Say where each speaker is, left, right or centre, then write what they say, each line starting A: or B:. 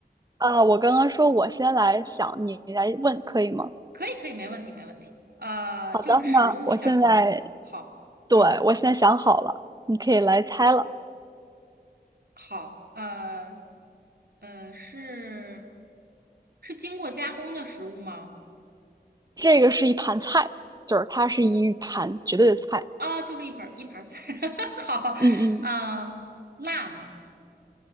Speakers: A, on the right; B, on the right.
A: 呃，我刚刚说我先来想，你来问可以吗？
B: 可以，可以，没问题，没问题。呃，
A: 好的，
B: 就是食物相关的，
A: 那我现在
B: 好，
A: 对，
B: 嗯。
A: 我现在想好了，你可以来猜了。
B: 好，呃，呃，是是经过加工的食物吗？
A: 这个是一盘菜，就是它是一盘绝对的菜。
B: 啊，就是一盘儿一盘儿菜。<laughs> 好，
A: 嗯嗯
B: 嗯、辣吗？